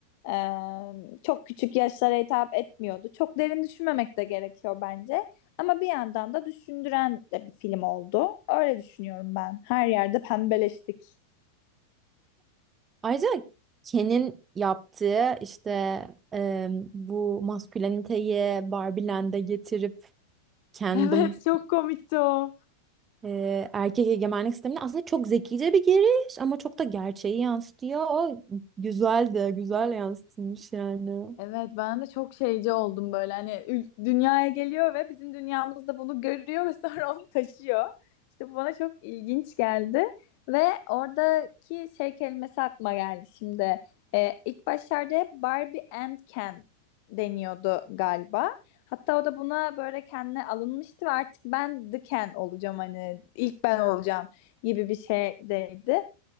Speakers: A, on the left; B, on the right.
A: Eee, çok küçük yaşlara hitap etmiyordu çok derin düşünmemek de gerekiyor bence ama bir yandan da düşündüren de bir film oldu öyle düşünüyorum ben her yerde pembeleştik.
B: Ayrıca Ken'in yaptığı işte em, bu masküleniteyi Barbieland'e getirip kendim
A: <laughs> Evet çok komikti o.
B: e, erkek egemenlik sistemine aslında çok zekice bir giriş ama çok da gerçeği yansıtıyor. O güzel de güzel yansıtılmış yani.
A: Evet ben de çok şeyci oldum böyle hani ül- dünyaya geliyor ve bizim dünyamızda bunu görüyor ve <laughs> sonra onu taşıyor. İşte bu bana çok ilginç geldi ve oradaki şey kelimesi aklıma geldi şimdi. Ee, ilk başlarda hep Barbie and Ken deniyordu galiba. Hatta o da buna böyle kendine alınmıştı ve artık ben The Ken olacağım hani ilk ben olacağım gibi bir şeydeydi.